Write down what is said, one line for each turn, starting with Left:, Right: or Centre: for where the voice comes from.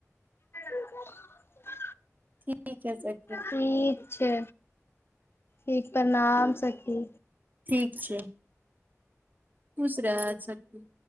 Left: <inaudible>
Right: ठीक है सख
Left: ठीक छै ठीक प्रणाम सखी
Right: ठीक छै खुश रहै सखि